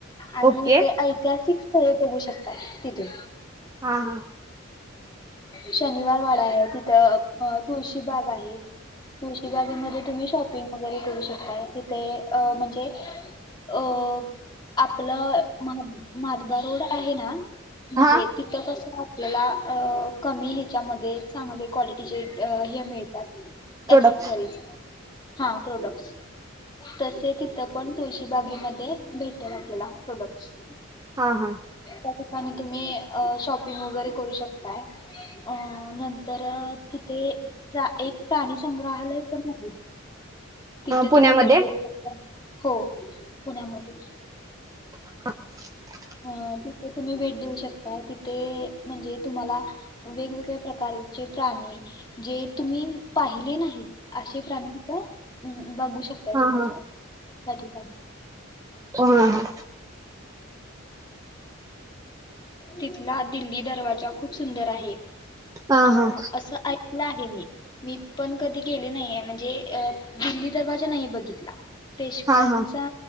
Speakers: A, on the left; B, on the right.
A: आणि
B: ओके
A: ते ऐतिहासिक बघू शकताय. तिथून
B: हा हा
A: शनिवार वाडा आहे तिथ, तुळशीबाग आहे. तुळशीबाग मधे तुम्ही शॉपिंग करू शकताय. तिथे म्हणजे अ आपलं माधवा रोड आहे ना? म्हणजे
B: हा
A: तिथं कसं आपल्याला अ कमी ह्याच्यामध्ये चांगले क्वालिटीचे हे मिळ त्यात
B: प्रोडक्ट
A: एक्सेसरीज हा प्रोडक्ट्स. तसे तिथं पण तुळशीबागेमध्ये, भेटतात आपल्याला प्रोडक्ट्स.
B: हा हा
A: त्या ठिकाणी तुम्ही, शॉपिंग वगैरे करू शकताय. अ नंतर तिथे प्रा एक प्राणी संग्रहालय पण आहे. तिथे
B: पुण्यामध्ये
A: तुम्ही भेट देऊ शकता. हो पुण्यामध्ये.
B: ह
A: अ तिथे तुम्ही भेट देऊ शकताय तिथे, म्हणजे तुम्हाला वेगवेगळ्या प्रकारचे प्राणी. जे तुम्ही पाहिले नाहीत अश- प्राणी तीथ बघू शकताय
B: हा
A: तुम्ही
B: हा हा ह
A: तिथला दिल्ली, दरवाजा खूप सुंदर आहे.
B: हा
A: अ
B: हा
A: असं ए आहे मी मी पण कधी गेले नाहीये, म्हणजे अ दिल्ली दरवाजा नाही बघितला. पेशव्यांचा...
B: हा हा